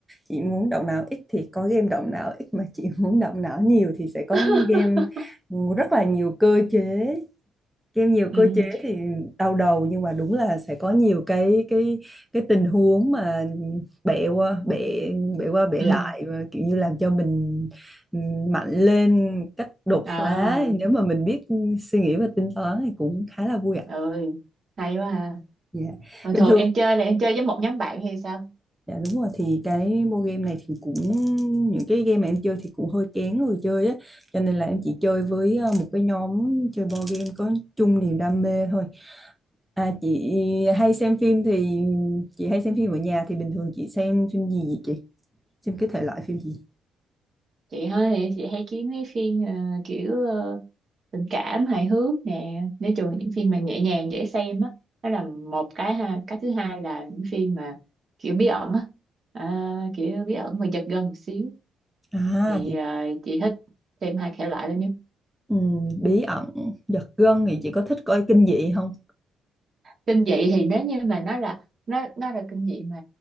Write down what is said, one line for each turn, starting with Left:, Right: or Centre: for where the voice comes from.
Centre: chị muốn động não ít thì có game động não ít mà chị <laughs> muốn động não nhiều thì sẽ có
Right: <laughs>
Centre: game rất là nhiều cơ chế Kim nhiều
Right: ừ
Centre: cơ chế thì đau đầu nhưng mà đúng là sẽ có nhiều cái cái cái tình huống mà bẻ qua bẻ bẻ qua bẻ
Right: ừ
Centre: lại và kiểu như làm cho mình ừm, mạnh lên cách đột
Right: à
Centre: phá nếu mà mình biết suy nghĩ và tính toán thì cũng khá là vui ạ.
Right: ơi hay quá ha
Centre: Dạ.
Right: Mà
Centre: Bình
Right: thường
Centre: thường
Right: em chơi là em chơi với một nhóm bạn hay sao?
Centre: Dạ đúng rồi thì cái board game này thì cũng những cái game mà em chơi thì cũng hơi kén người chơi á cho nên là em chỉ chơi với ờ, một cái nhóm chơi board game có chung niềm đam mê thôi à chị hay xem phim thì chị hay xem phim ở nhà thì bình thường chị xem phim gì vậy chị xem cái thể loại phim gì
Right: Chị hơi thì chị hay kiếm mấy phim ờ, kiểu ờ, tình cảm hài hước nè, nói chung là những phim mà nhẹ nhàng dễ xem á, đó là một cái ha. Cái thứ hai là những phim mà kiểu bí ẩn á, à, kiểu bí ẩn mà giật gân một xíu
Centre: à
Right: thì
Centre: chị
Right: ờ, chị thích xem hai thể loại đó nhất.
Centre: ừm, bí ẩn giật gân thì chị có thích coi kinh dị không
Right: Kinh dị thì nếu như mà nó là nó nó là kinh dị mà